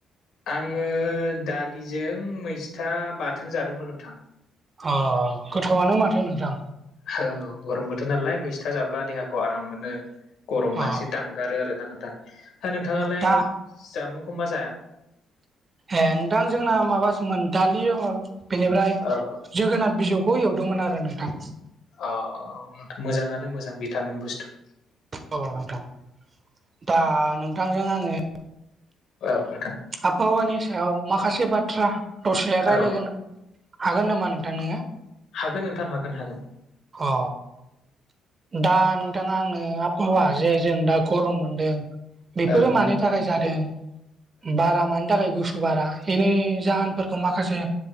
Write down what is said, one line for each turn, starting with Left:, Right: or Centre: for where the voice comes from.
Left: आङो दालिजों मैसथा बाथोन जादोंमोन नोंथां
Right: ओ गोथावानो माथो नोंथां
Left: औ गरम बोथोर नालाय मैस्था जाब्ला देहाखौ आराम मोनो गरमा
Right: अ
Left: एसे दानगारो आरोना नोंथां हा नोंथाङालाय
Right: दा
Left: जामुंखौ मा जाया
Right: ए नोंथां जोंना माबासोमोन दालि हल बेनिफ्राय
Left: औ
Right: जोगोनार बिजौखौ एउदोंमोन आरो नोंथां
Left: अ मोजाङानो मोजां भिटामिन बुस्थु
Right: अ' नोंथां दा नोंथांजों आङो
Left: औ नोंथां
Right: आबहावानि सायाव माखासे बाथ्रा दसे रायलायगोन
Left: औ औ
Right: हागोन नामा नोंथां नोङो?
Left: हागोन नोंथां हागोन हागोन।
Right: अ दा नोंथाङा आंनो आबहावा जे जों दा गरम मोनदों बेफोरो
Left: औ औ
Right: मानि थाखाय जादों बारा मानि थाखाय गुसु बारा एनि जाहोनफोरखौ माखासे